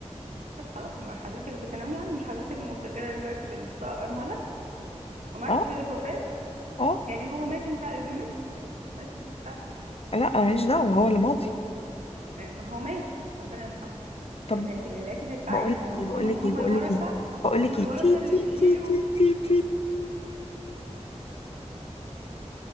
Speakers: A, on the right; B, on the left.
A: طب خلاص ما حضرتك بتنوي يعني مش حضرتك مسجله دلوقتي بالبطاقه ارمله ومعاكي
B: اه
A: شهاده وفاه
B: اه
A: يعني هو مات وانت على ذمته بس اللي تدفعي
B: لا انا ماليش دعوة هو اللي ماضي
A: ما هو مات ربنا يرحمه
B: طب
A: بس انت بقيتي تدفعي
B: بقول
A: ما
B: لك
A: هو هم
B: ايه بقول
A: هم
B: لك
A: هم
B: ايه بقول
A: الورثه
B: لك ايه بقول
A: هم
B: لك
A: الورثه
B: ايه تي
A: اللي
B: تي
A: بيشيلوا
B: تي تي تي تي